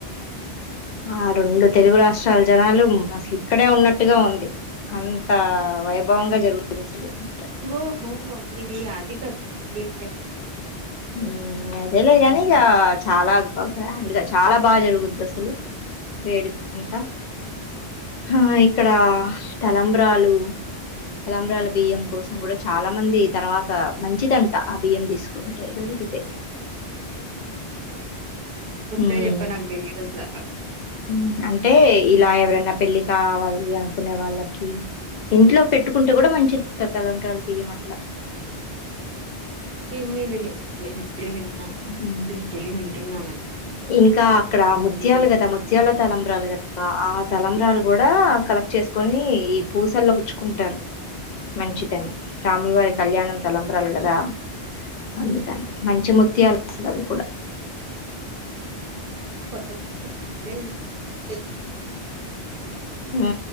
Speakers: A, on the right; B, on the left.
A: హ్మ్.
B: ఆ రెండు తెలుగు రాష్ట్రాల జనాలు అసలు ఇక్కడే ఉన్నట్టు ట్టుగా ఉంది అంత వైభవంగా జరుగుతుంది అసలు ఇక్కడ
A: ఓహో మీది అది కదా ఆ ఏరియా కదా
B: ఊ అదేలే
A: హ్మ్.
B: కని ఇగా చాలా బ గ్రాండ్ గా చాలా బాగా జరుగుద్ది అసలు వేడుక అంతా హా ఇక్కడ తలంబ్రాలు తలంబ్రాల బియ్యం కోసం కూడా చాలా మంది తర్వాత మంచిదంట ఆ బియ్యం తీసుకొ టే దొరకితే
A: నువ్వే
B: ఉమ్
A: చెప్పు నాకు తెలిదు అసల అ
B: ఉమ్, అంటే ఇలా ఎవరైనా పెళ్లి కావాలి అనుకునే వాళ్ళకి ఇంట్లో పెట్టుకుంటే కూడా మంచిది తలంబ్రాలు బియ్యం అట్లా
A: ఇమిదిని మిను ఇప్పుడే విన్నాను
B: ఉమ్
A: ఇప్పుడే వింటున్నాను అది
B: ఇంకా అక్కడ
A: నాకు
B: ముత్యాలు
A: ముందు తెలి
B: కదా ముత్యాల తలంబ్రాలు కదా ఆ తలంబ్రాలు కూడా కలెక్ట్ చేసుకొని ఈ పూసల్లో గుచ్చుకుంటారు మంచిదని రాములు వారి కళ్యాణం తలంబ్రాలు కదా అందుకని
A: ఓహో
B: మంచి ముత్యలు అసలు అవి కూడా
A: నాకు ఇది కొత్త విషయం నేను ఇప్పుడే వింటున్నాను ముందు ఎపుడు వినలేదు
B: ఊ